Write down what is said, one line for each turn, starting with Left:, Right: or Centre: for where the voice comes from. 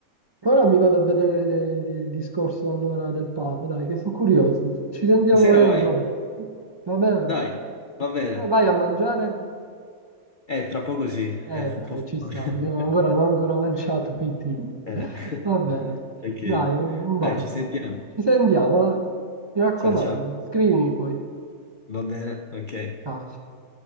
Right: ora mi vado a vedere le- il, il discorso allora del Papa, dai, che sono curioso. Ci sentiamo
Left: Buonasera,
Right: magari
Left: vai.
Right: dopo. Va bene?
Left: Dai, va bene.
Right: Eh, Vai a mangiare?
Left: È troppo così,
Right: Eh
Left: è un
Right: dai,
Left: po' folle.
Right: ci sta, io ancora non
Left: <laughs>
Right: ho ancora mangiato, quindi
Left: Eh,
Right: <laughs>
Left: <laughs>
Right: va bene.
Left: Ok,
Right: Dai, un un bacio.
Left: dai, ci sentiamo.
Right: Ci sentiamo, eh? Mi raccomando,
Left: Ciao ciao,
Right: scrivimi poi.
Left: va bene, ok.
Right: Ciao, ciao.